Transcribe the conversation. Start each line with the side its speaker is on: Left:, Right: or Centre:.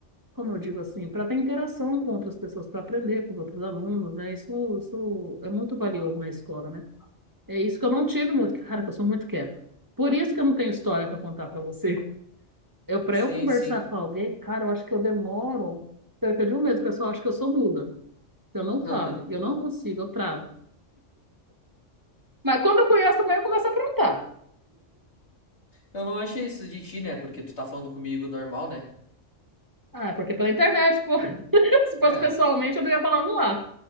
Right: como eu digo assim, para ter interação com outras pessoas, para aprender com os outros alunos, né? Isso, isso é muito valioso na escola, né? É isso que eu não tive muito, cara, que eu sou muito quieta. Por isso que eu não tenho história para contar para você. Eu, pra
Left: sim,
Right: eu conversar
Left: sim.
Right: com alguém, cara, eu acho que eu demoro cerca de um mês. O pessoal acha que eu sou muda. Eu não falo,
Left: <laughs>
Right: eu não consigo, eu travo. Mas quando eu conheço também, eu começo a aprontar.
Left: Eu não achei isso de ti, né? Porque tu tá falando comigo normal, né?
Right: Ah, porque pela internet, pô. <laughs> Se
Left: É,
Right: fosse pessoalmente, eu não ia falar um lá.